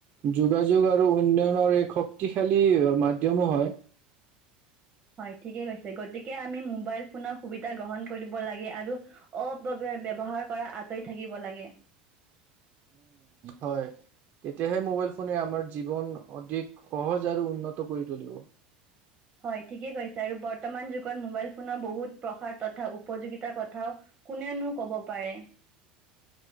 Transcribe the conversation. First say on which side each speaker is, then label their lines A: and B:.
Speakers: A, on the right; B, on the right.
A: যোগাযোগ আৰু উন্নয়নৰ এক শক্তিশালী মাধ্যমো হয়।
B: হয় ঠিকে কৈছে গতিকে আমি মোবাইল ফোনৰ সুবিধা গ্ৰহণ কৰিব লাগে আৰু অব ভাবে ব্যৱহাৰ কৰা আঁতৰি থাকিব লাগে
A: হয় তেতিয়াহে মবাইল ফোনে আমাৰ জীৱন অধিক সহজ আৰু উন্নত কৰি তুলিব
B: হয় ঠিকে কৈছে আৰু বৰ্তমান যোগত মোবাইল ফোনৰ বহুত প্ৰসাৰ তথা উপযোগিতা কথাও। কোনেনো কব পাৰে